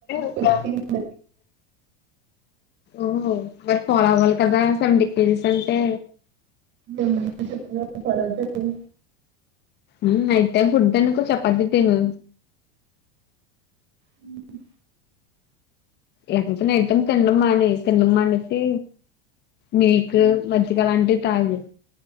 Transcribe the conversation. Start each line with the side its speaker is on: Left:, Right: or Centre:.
Left: ఒక
Right: ఫిఫ్టీన్
Left: ఓహ మరి ఫాలో అవ్వాలి కదా సెవెంటీ కేజీస్ అంటే
Right: ఏం చెప్పు కాలజమున్
Left: ఉమ్ అయితే గుడ్డునుకో చపాతి తిను.
Right: ఉమ్
Left: ఎంటనే ఐటం తీన్నమ్మానై తెన్నమ్మానేసి మిల్క్ మ అ గా లాంటీ తాగు